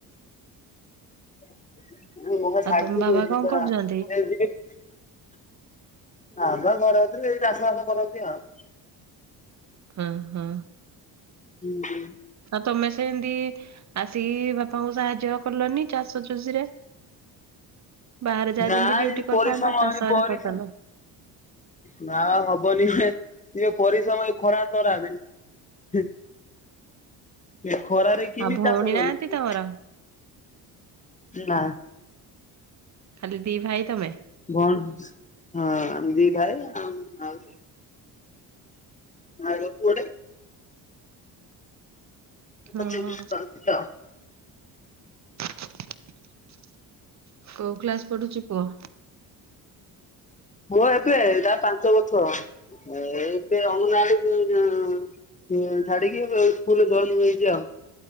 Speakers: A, on the left; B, on the right.
A: <unintelligible>
B: ଆଉ ତମ ବାବା କଣ କରୁଛନ୍ତି?
A: <unintelligible> ଘରେ ରହୁଥିଲି ଏଇ ଚାଷବାସ କରନ୍ତି ଆଉ।
B: ହୁଁ ହୁଁ।
A: ହୁଁ।
B: ତମେ ସେମତି ଆସିକି ବାପାଙ୍କୁ ସାହାଯ୍ୟ କଲନି ଚାଷ ଚୁଷି ରେ? ବାହାରେ ଯାଏ
A: ନା
B: ଯେମିତି ଡିୟୁଟି
A: ଏ ଯୋଉ
B: କରିଥାନ୍ତା
A: ପରିଶ୍ରମ
B: ଚାଷରେ
A: ଏ ପରିଶ୍ରମ
B: କରିଥାନ୍ତ।
A: ନା ହବନି ପରିଶ୍ରମ ଖରା ତରା଼ରେ ଏ ଖରା ରେ କେମିତି
B: ଆଉ ଭଉଣୀ
A: ଚାଷ
B: ନାହାନ୍ତି
A: କରୁଚୁ?
B: ତମର?
A: ନା
B: ଖାଲି ଦି ଭାଇ ତମେ?
A: ଭଉଣୀ ହଁ ଆମ ଦି ଭାଇ ଆଉ ଆଉ ଭାଇ ର ପୁଅଟେ। <unintelligible>
B: ହଁ <inaudible> କୋଉ କ୍ଳାସ ପଢୁଛି ପୁଅ?
A: ମୁଁ ଏବେ ତା ପାଞ୍ଚ ବର୍ଷ ଏ ଏବେ ଅଙ୍ଗନାବଡି ହୁଁ ଛାଡିକି ସ୍କୁଲ ଜଏନ୍ ହେଇଛି ଆଉ